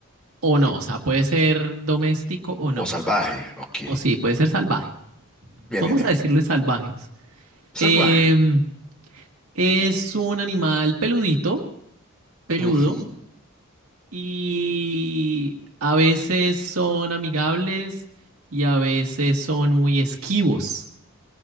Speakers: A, on the right (about 80°); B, in the centre.
A: o no,
B: Mm.
A: o sea, puede ser doméstico o no,
B: O salvaje, ok.
A: o sí, puede ser salvaje.
B: Bien,
A: Vamos
B: bien, bien.
A: a decirle salvajes.
B: Salvaje.
A: Em, es un animal peludito, peludo,
B: Ujú.
A: Y a veces son amigables y a veces son muy esquivos.